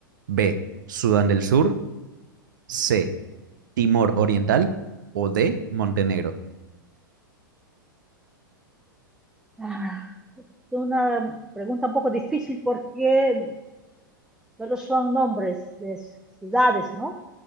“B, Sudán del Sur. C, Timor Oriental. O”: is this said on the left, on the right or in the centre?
Right